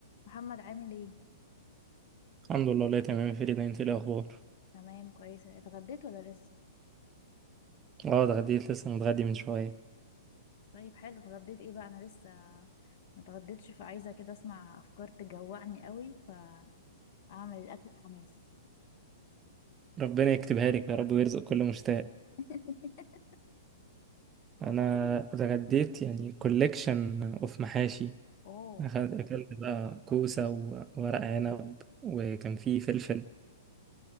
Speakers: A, on the left; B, on the right.
A: محمد عامل ايه
B: الحمد لله والله تمام يا فريدة انت ايه الاخبار
A: تمام كويسه اتغديت ولا لسه
B: اه ده عديت لسه متغدي من شويه
A: طيب حلو اتغديت ايه بقى انا لسه ما اتغديتش فعايزه كده اسمع افكار تجوعني قوي فاعمل الاكل بحماس
B: ربنا يكتبها لك يا رب ويرزق كل مشتاق
A: <laughs>
B: انا اتغديت يعني كوليكشن اوف محاشي
A: اوه
B: أخد- اكلت بقى كوسه وورق عنب وكان فيه فلفل